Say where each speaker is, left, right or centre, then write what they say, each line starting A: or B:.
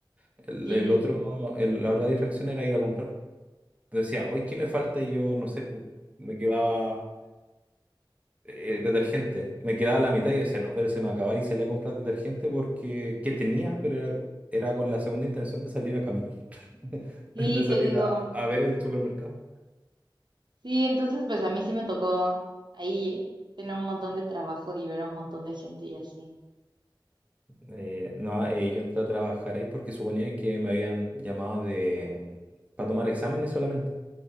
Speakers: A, on the right; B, on the right.
A: el,
B: Sí,
A: el otro, el- la otra distracción era ir a comprar. Decía, hoy qué me falta y yo no sé, po, me quedaba eh, detergente, me quedaba la mitad y decía, no, pero se me va a acabar y salía a comprar detergente porque que tenía, pero era, era con la segunda intención de salir a caminar, <laughs>
B: sí,
A: de salir
B: te digo.
A: a- a ver el supermercado.
B: Sí, entonces pues a mí sí me tocó ahí tener un montón de trabajo y ver a un montón de gente y así.
A: Eh, no, eh, yo entré a trabajar ahí porque suponía que me habían llamado de mm, para tomar exámenes solamente,